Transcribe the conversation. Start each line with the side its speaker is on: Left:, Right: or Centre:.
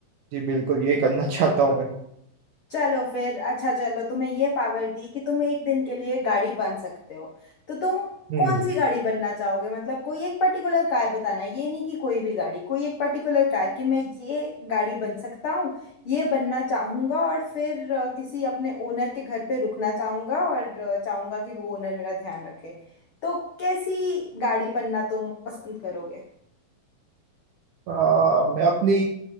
Right: जी बिल्कुल ये करना <laughs> चाहता हूँ मैं
Left: चलो फिर अच्छा चलो तुम्हें ये पावर दी कि तुम एक दिन के लिए गाड़ी बन सकते हो तो तुम
Right: हम्म
Left: कौन सी गाड़ी बनना चाहोगे मतलब कोई एक पर्टिकुलर कार बताना ये नहीं कि कोई भी गाड़ी कोई एक पर्टिकुलर कार कि मैं ये गाड़ी बन सकता हूँ ये बनना चाहूँगा और फिर अ, किसी अपने ओनर के घर पे रुकना चाहूँगा और अ, चाहूँगा कि वो ओनर मेरा ध्यान रखे तो कैसी गाड़ी बनना तुम पसंद करोगे
Right: अ, मैं अपनी